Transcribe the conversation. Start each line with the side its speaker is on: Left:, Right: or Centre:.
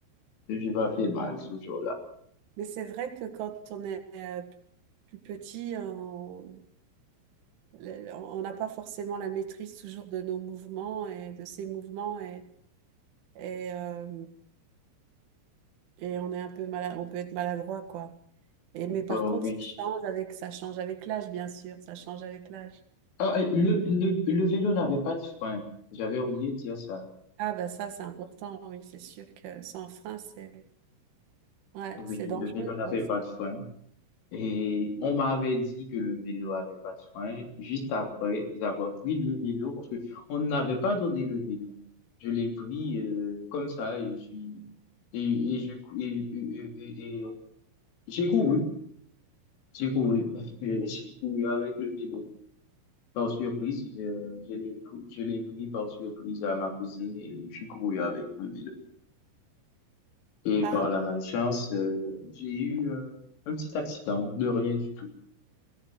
Left: Je ne suis pas fait mal ce jour-là.
Right: Mais c'est vrai que quand on est euh, plus petit, on on n'a pas forcément la maîtrise toujours de nos mouvements et de ses mouvements et, et, euh, et on est un peu malade, on peut être maladroit, quoi. Et, mais par
Left: Bon,
Right: contre,
Left: oui.
Right: ça change avec, ça change avec l'âge, bien sûr, ça change avec l'âge.
Left: Ah, et le, le, le vélo n'avait pas de frein. J'avais oublié de dire ça.
Right: Ah bah ça, c'est important, oui, c'est sûr que sans frein, c'est ouais,
Left: Oui,
Right: c'est dangereux,
Left: le vélo n'avait
Right: quoi. c'est-
Left: pas de frein. Et on m'avait dit que le vélo avait pas de frein juste après avoir pris le vélo parce que on n'avait pas donné le vélo. Je l'ai pris euh, comme ça et je suis et, et je et, et, J'ai couru, j'ai couru, <laughs> j'ai couru avec le vélo. Par surprise, je, je l'ai, pr- je l'ai pris par surprise à ma cousine et j'ai couru avec le vélo. Et
Right: Ah,
Left: par la malchance, euh, j'ai eu euh, un petit accident, de rien du tout.